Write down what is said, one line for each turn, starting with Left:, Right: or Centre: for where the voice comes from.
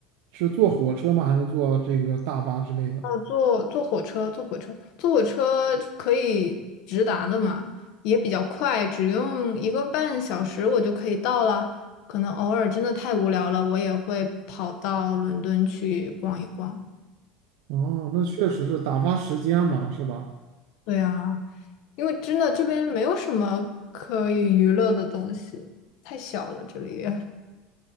Right: 是坐火车吗？还是坐这个大巴之类的？
Left: 哦，坐坐火车，坐火车，坐火车可以直达的嘛，也比较快，只用一个半小时我就可以到了。可能偶尔真的太无聊了，我也会跑到伦敦去逛一逛。
Right: 哦，那确实是打发时间嘛，是吧？
Left: 对啊，因为真的这边没有什么可以娱乐的东西，太小了这里。